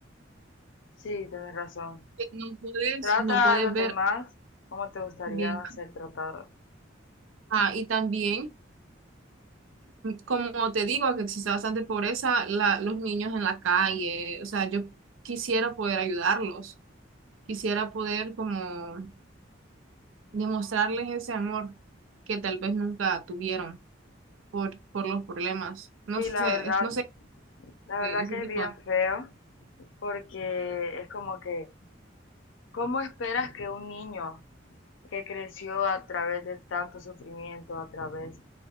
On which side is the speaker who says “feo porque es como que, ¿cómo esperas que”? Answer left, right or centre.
Left